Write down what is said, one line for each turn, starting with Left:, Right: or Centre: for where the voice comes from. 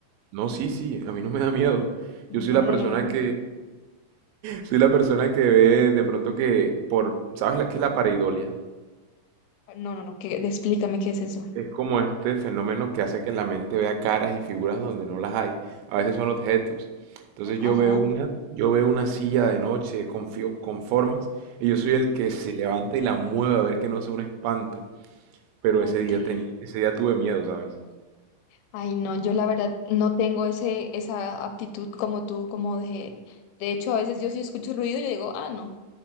Right: No, sí, sí, a mí no me da miedo.
Left: No,
Right: Yo soy la persona
Left: no, no, no. no.
Right: que, Soy la persona que ve de pronto que por, ¿sabes la, qué es la pareidolia?
Left: No, no, no, que, explícame qué es eso.
Right: Es como este fenómeno que hace que la mente vea caras y figuras donde no las hay. A veces son objetos. Entonces
Left: Oh, ajá,
Right: yo veo una, yo veo una silla de noche con, fio- con formas y yo soy el que se levanta y la mueve a ver que no sea un espanto. Pero
Left: ok.
Right: ese día teni- ese día tuve miedo, ¿sabes?
Left: Ay, no, yo la verdad no tengo ese, esa aptitud como tú, como de... De hecho, a veces yo si escucho ruido, yo digo, ah, no.